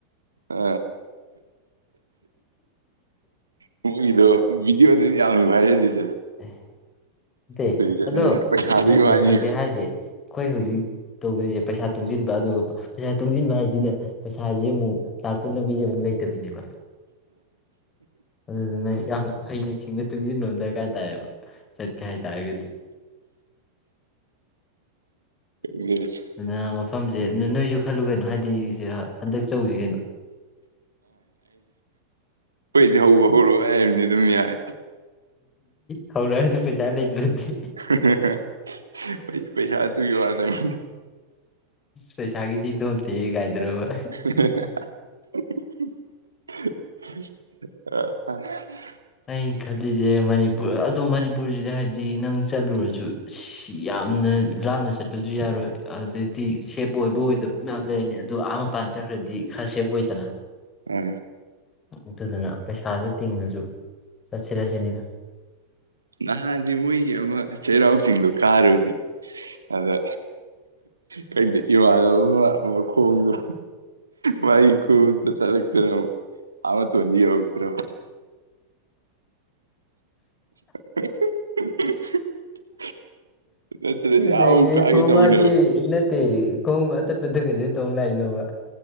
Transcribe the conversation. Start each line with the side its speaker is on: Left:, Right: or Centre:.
Right: ꯑ ꯀꯗꯣ ꯕꯤꯖ ꯋꯥ ꯌꯥꯝ ꯍꯥꯏꯥꯏ
Left: ꯑꯦꯦ
Right: ꯆꯠꯅꯤꯡꯉꯤ
Left: ꯑꯗꯣ
Right: ꯄꯩꯁꯥꯗꯨꯒꯤ
Left: ꯅꯠꯇꯦ
Right: ꯋꯥꯅꯤ
Left: ꯍꯧꯖꯤꯛ ꯍꯥꯏꯔꯤꯁꯦ ꯑꯩꯈꯣꯏ ꯍꯧꯖꯤꯛ ꯇꯧꯗꯣꯏꯁꯦ ꯄꯩꯁꯥ ꯇꯨꯡꯁꯤꯟꯕ ꯑꯗꯨꯒ ꯄꯩꯁꯥ ꯇꯨꯡꯁꯤꯟꯕ ꯍꯥꯏꯁꯤꯅ ꯄꯩꯁꯥꯁꯦ ꯑꯃꯨꯛ ꯂꯥꯛꯄꯒꯤ ꯂꯝꯕꯤꯁꯦ ꯑꯃꯨꯛ ꯂꯩꯇꯕꯤꯅꯦꯕ ꯑꯗꯨ ꯑꯗꯨ ꯌꯥꯝ ꯍꯩꯅ ꯊꯤꯡꯅ ꯇꯨꯡꯁꯤꯟꯂꯣꯝ ꯗꯔꯀꯥꯔ ꯇꯥꯏꯌꯦꯕ ꯆꯠꯀꯦ ꯍꯥꯏꯇꯥꯔꯒꯗꯤ
Right: ꯑꯩꯗꯤ
Left: ꯑ ꯑꯗꯨꯅ ꯃꯐꯝꯁꯦ ꯅꯣꯏꯁꯨ ꯈꯜꯂꯨꯒꯩꯅꯣ ꯍꯥꯏꯗꯤꯁꯦ ꯍꯟꯗꯛ ꯆꯧꯁꯤ ꯀꯩꯅꯣ
Right: ꯑꯩꯣꯏꯗꯤ ꯍꯧꯕ ꯍꯧꯔꯣꯏ ꯍꯥꯏꯕꯅꯤ ꯑꯗꯨꯝ ꯌꯥꯏ
Left: ꯍ ꯍꯧꯔꯛꯑꯁꯨ ꯄꯩꯁꯥ ꯂꯩꯇ꯭ꯔꯗꯤ
Right: <unintelligible> ꯄꯩꯁꯥ ꯇꯨꯒꯤ ꯋꯥ ꯇ ꯑ
Left: ꯄꯩꯁꯥꯒꯤꯗꯤ ꯅꯣꯇꯦ ꯀꯥꯏꯗ꯭ꯔꯕ
Right: <unintelligible>
Left: ꯑ ꯈꯜꯂꯤꯁꯦ ꯃꯅꯤꯄꯨꯔ ꯑꯗꯣ ꯃꯅꯤꯄꯨꯔꯁꯤꯗ ꯍꯥꯏꯗꯤ ꯅꯪ ꯆꯠꯂꯨꯔꯁꯨ ꯌꯥꯝꯅ ꯂꯥꯞꯅ ꯆꯠꯄꯁꯨ ꯌꯥꯔꯣꯏ ꯑꯗꯨꯗꯩꯗꯤ ꯁꯦꯞ ꯑꯣꯏꯕ ꯑꯣꯏꯗꯕ ꯃꯌꯥꯝ ꯂꯩꯔꯅꯤ ꯑꯗꯣ ꯑꯥ ꯃꯄꯥꯟ ꯆꯠꯈ꯭ꯔꯗꯤ ꯈꯔ ꯁꯦꯞ ꯑꯣꯏꯗꯅ
Right: ꯎ
Left: ꯑꯗꯨꯗꯅ ꯄꯩꯁꯥꯗꯣ ꯇꯤꯡꯉꯁꯨ ꯆꯠꯁꯤꯔꯁꯤꯅꯤꯗ
Right: ꯅꯍꯥꯟꯗꯤ ꯃꯣꯏꯒꯤ ꯑꯃ ꯆꯩꯔꯥꯎ ꯆꯤꯡꯗꯣ ꯀꯥꯔꯨꯕꯅꯦ ꯑꯗ ꯀꯗ ꯏ ꯋꯥꯗꯣꯡꯗ ꯃꯏ ꯈ ꯆ ꯂꯛꯇꯔꯠꯇꯅꯤꯛꯇ꯭ꯔ <unintelligible> <unintelligible> ꯅꯠꯇ꯭ꯔꯗꯤ
Left: ꯅ
Right: ꯑꯥꯕꯨꯛ ꯀꯥꯒꯦ
Left: ꯀꯣꯡꯃꯗꯤ
Right: ꯇꯧꯕꯅꯦꯕ
Left: ꯅ ꯀꯣꯡꯃ ꯆꯠꯄꯗꯨ ꯀꯩꯗꯩ ꯇꯧ ꯂꯥꯛꯏꯅꯣꯕ